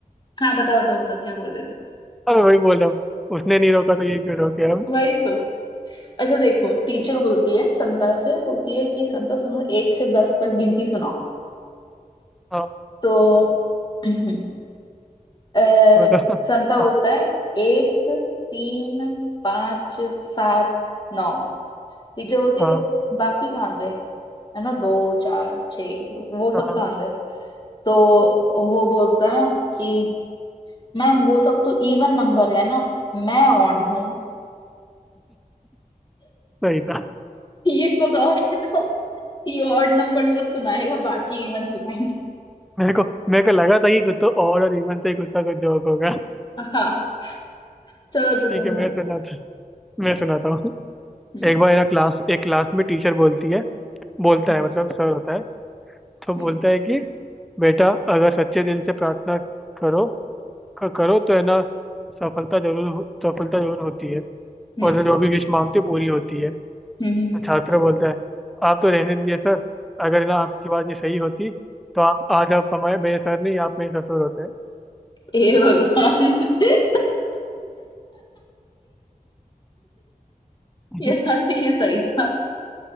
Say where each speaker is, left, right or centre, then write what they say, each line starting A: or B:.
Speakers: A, on the left; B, in the centre.
A: हाँ बताओ बताओ बताओ क्या बोल रहे थे
B: अब वही बोल रहा हूँ उसने नहीं रोका तो ये क्यों रोके हम
A: वही तो अच्छा देखो टीचर बोलती है संता से बोलती है कि संता सुनो एक से दस तक गिनती सुनाओ
B: हाँ
A: तो <clears throat> अ,
B: बोलो <laughs>
A: संता बोलता
B: हाँ
A: है एक तीन पाँच सात नौ टीचर बोलती है
B: हाँ
A: तो बाकी कहाँ गए है ना दो चार छः वो सब
B: हाँ
A: कहाँ गए तो वो बोलता है कि मैम वो सब तो इवन नंबर है ना मैं ऑड हूं
B: सही था
A: <laughs> ये खुद ऑड है तो ये ऑड नंबर्स को सुनाएगा बाकी इवन सुनाएंगे
B: मेरे को मेरे को लगा था कि कुत्तों और और इवन से ही कुत्ता कुछ जोक होगा
A: हाँ चलो अच्छा तुम
B: ठीक है
A: सुनाओ
B: मैं सुनाता मैं सुनाता हूँ
A: हम्म
B: एक बार ना क्लास एक क्लास में टीचर बोलती है बोलता
A: हम्म
B: है मतलब सर होता है तो
A: हम्म
B: बोलता है कि बेटा अगर सच्चे दिल से प्रार्थना करो क- करो तो है ना सफलता जरूर हो- सफलता जरूर होती है
A: हम्म
B: और जो भी विश मांगते हो, पूरी होती है
A: हम्म हम्म, हम्म।
B: छात्र बोलता है आप तो रहने दीजिए सर अगर ना आपकी बात ये सही होती तो आप आज आप हमारे मेरे सर नहीं आप मेरे ससुर होते हैं।
A: हे भगवान <laughs>
B: <laughs>
A: यार ये सही था